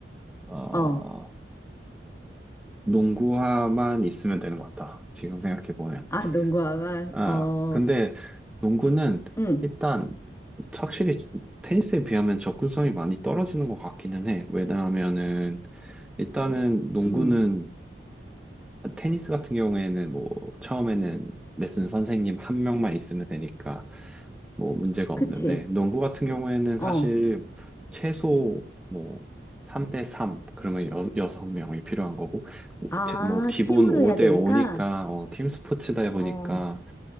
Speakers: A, in the centre; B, on the left (about 15°).
A: 어,
B: 어.
A: 농구화만 있으면 되는 것 같다. 지금 생각해 보면.
B: 아, 농구화만.
A: 아,
B: 어.
A: 근데 농구는
B: 음.
A: 일단 확실히 테니스에 비하면 접근성이 많이 떨어지는 것 같기는 해. 왜냐하면은 일단은 농구는
B: 음.
A: 테니스 같은 경우에는 뭐 처음에는 레슨 선생님 한 명만 있으면 되니까 뭐 문제가 없는데
B: 그치.
A: 농구 같은 경우에는
B: 어.
A: 사실 최소 뭐 3대 3 그러면 여, 여섯 명이 필요한 거고 오-
B: 아,
A: 테- 뭐 기본
B: 팀으로
A: 5대
B: 해야 되니까.
A: 5니까 팀 스포츠다 보니까
B: 어.